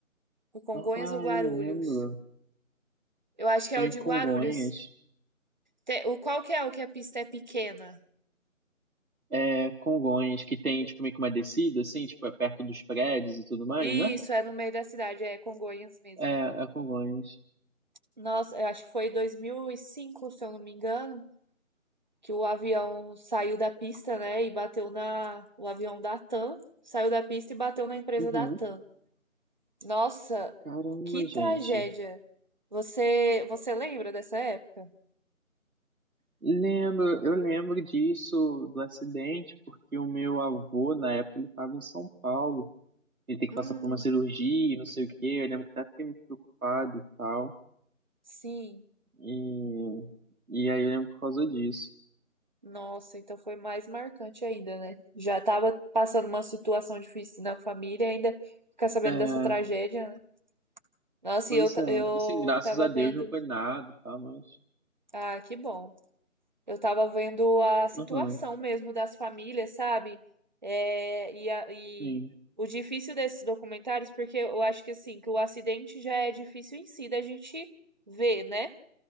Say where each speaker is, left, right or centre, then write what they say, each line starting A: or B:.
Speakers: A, on the right; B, on the right.
A: no Congonhas
B: Ah,
A: ou Guarulhos?
B: eu lembro.
A: Eu acho que
B: Foi
A: é o
B: em
A: de
B: Congonhas.
A: Guarulhos. Te- O qual que é o que a pista é pequena?
B: É, Congonhas, que tem, tipo, meio que uma descida, assim, tipo, é perto dos prédios e tudo mais,
A: Isso,
B: né?
A: é no meio da cidade, é Congonhas mesmo.
B: É, é Congonhas.
A: Nossa, eu acho que foi 2005, se eu não me engano, que o avião saiu da pista, né, e bateu na... O avião da TAM saiu da pista e bateu na empresa
B: Uhum.
A: da TAM. Nossa,
B: Caramba,
A: que
B: gente.
A: tragédia. Você, você lembra dessa época?
B: Lembro, eu lembro disso, do acidente, porque o meu avô, na época, ele estava em São Paulo. Ele tem que
A: Hum,
B: passar por uma cirurgia, e não sei o quê. Eu lembro que até fiquei muito preocupado e tal.
A: sim.
B: E, e aí eu lembro por causa disso.
A: Nossa, então foi mais marcante ainda, né? Já tava passando uma situação difícil na família, ainda ficar sabendo
B: É,
A: dessa tragédia, né? Nossa,
B: pois
A: e eu, ta-
B: é.
A: eu
B: Assim, graças
A: tava
B: a Deus
A: vendo
B: não foi nada e tal, mas.
A: Ah, que bom. Eu tava vendo a situação
B: Aham,
A: mesmo das famílias, sabe? É, e, a- e
B: sim,
A: o difícil desses documentários, porque eu acho que assim, que o acidente já é difícil em si da gente ver, né?